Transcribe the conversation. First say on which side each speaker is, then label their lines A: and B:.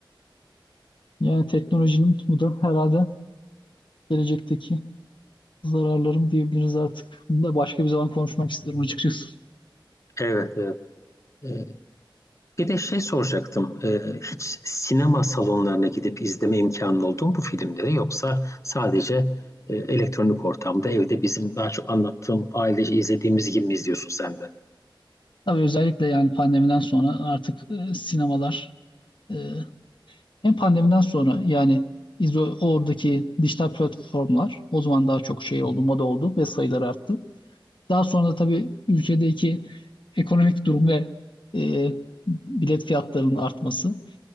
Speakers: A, on the left (about 70°); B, on the left (about 35°).
A: Yani teknolojinin bu da herhalde gelecekteki zararlarım diyebiliriz artık. Bunu da başka bir zaman konuşmak isterim açıkçası.
B: Evet, evet. E, bir de şey soracaktım. E, hiç sinema salonlarına gidip izleme imkanı oldu mu bu filmleri yoksa sadece e, elektronik ortamda evde bizim daha çok anlattığım ailece izlediğimiz gibi mi izliyorsun sen de?
A: Tabii özellikle yani pandemiden sonra artık e, sinemalar e, hem pandemiden sonra yani izo- oradaki dijital platformlar o zaman daha çok şey oldu, moda oldu ve sayıları arttı. Daha sonra da tabii ülkedeki ekonomik durum ve e, bilet fiyatlarının artması